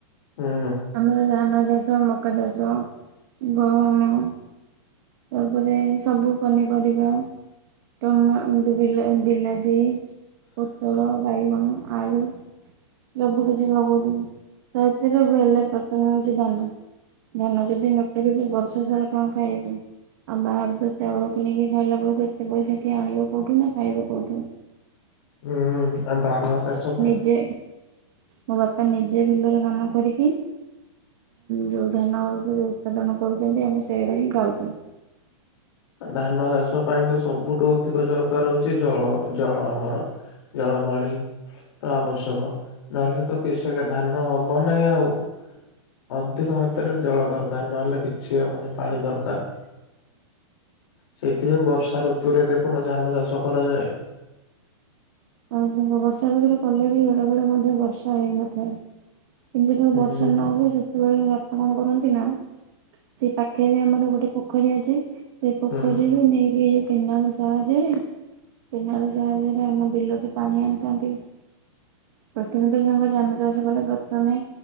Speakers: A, on the left; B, on the right.
A: ହୁଁ।
B: ଆମର ଧାନ ଚାଷ ମକା ଚାଷ ଗହମ। ତାପରେ ସବୁ ପନିପରିବା ଟମା ବିଲାତି। ପୋଟଳ ବାଇଗଣ ଆଳୁ। ସବୁ କିଛି ଲଗଉଛୁ ସେଥିରେ ବି ହେଲେ ପ୍ରଥମେ ହୋଉଚି ଧାନ। ଧାନ ଯଦି ନ କରିବୁ ବର୍ଷ ସାରା କଣ ଖାଇବୁ? ଆଉ ବାହରେ ତ ଚାଉଳ କିଣିକି ଖାଇଲା ବେଳକୁ ଏତେ ପଇସା କିଏ ଆଣିବ କଉଠୁ ନା ଖାଇବ କୋଉଠୁ।
A: ହୁଁ ଧାନ ଚାଷ ପୁଣି
B: ଯେ ମୋ ବାପା ନିଜେ ବିଲର କାମ କରିକି ଯୋଉ ଧାନ ଅଳକୁ ଯୋଉ ଉତ୍ପାଦନ କରୁଛନ୍ତି ଆମେ ସେଇଆଡେ ହିଁ ଖାଉଚୁ।
A: ଧାନ ଚାଷ। ପାଇଁ ତ ସବୁଠୁ ଅଧିକ ଦରକାର ହୋ ଉଛି ଜଳ ଜଳ ଆମର ଜଳ ପାଣି। ଆବଶ୍ୟକ ନହେଲେ ତ କିଷକ ଧାନ ହବନାଇଁ ଆଉ। ଅଧିକ ମାତ୍ରାରେ ଜଳ ଦରକାର ନହେଲେ କିଛି ହବନି ପାଣି ଦରକାର। ସେଇଥିପାଇଁ ବର୍ଷା ଋତୁରେ ଦେଖୁନ ଧାନ ଚାଷ କରାଯାଏ।
B: ଆଉ ବର୍ଷା ଭିତରେ କଲେ ବି ବେଳେ ବେଳେ ମଧ୍ୟ ବର୍ଷା ହେଇନଥାଏ। କିନ୍ତୁ ଯେତେବେଳେ
A: ହୁଁ।
B: ବର୍ଷା ନ ହୁଏ ସେତେବେଳେ କଣ କରନ୍ତି ନା ସେଇ ପାଖରେ ଆମର ଗୋଟେ ପୋଖରୀ ଅଛି। ସେ ପୋଖରୀରୁୁ
A: ହୁଁ
B: ନେଇକି ଏଇ ଯୋଉ କେନାଳ ସାହାଯ୍ୟରେ କେନାଳ ସାହାଯ୍ୟରେ ଆମ ବିଲ। ପାଣି ଆଣିଥାନ୍ତି ପ୍ରଥମେ ତ ତାଙ୍କ ଯାନ ଚାଷ କଲେ ପ୍ରଥମେ